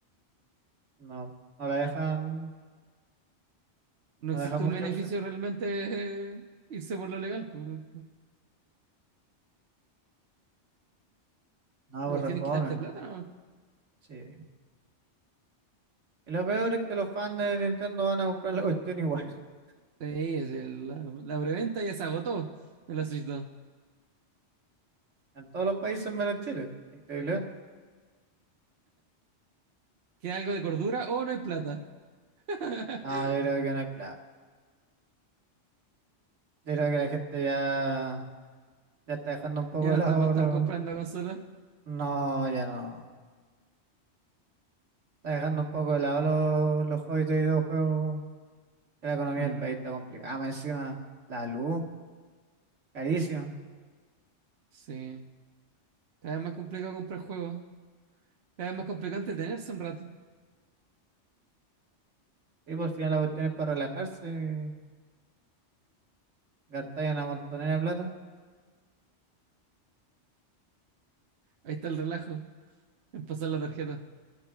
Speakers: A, on the right (about 80°); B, on the right (about 60°).
A: No, no la dejan,
B: no
A: no
B: existe
A: dejan mucha
B: un beneficio
A: opción.
B: realmente eh, irse por lo legal, pues.
A: No,
B: La
A: por
B: cuestión
A: refome.
B: es quitarte plata, ¿no?
A: Sí. Y lo peor es que los fans de Nintendo van a comprar la cuestión igual. <laughs>
B: Sí, es el- la, la preventa ya se agotó en la Switch 2.
A: En todos los países menos Chile. Increíble.
B: ¿Queda algo de cordura o no hay plata? <laughs>
A: No, yo creo que no hay plata. Yo creo que la gente ya, ya está dejando un poco
B: Ya
A: de
B: no
A: lado
B: está para estar
A: los...
B: comprando consolas.
A: No, ya no. Está dejando un poco de lado los, los hobbies de videojuegos. La economía
B: Mm,
A: del país está complicada. Ah, más encima, la luz, carísima.
B: sí. Cada vez más complicado comprar juegos. Cada vez más complicado entretenerse un rato.
A: Y por fin la cuestión es para relajarse. Gastar una montonera de plata.
B: Ahí está el relajo en pasar la tarjeta.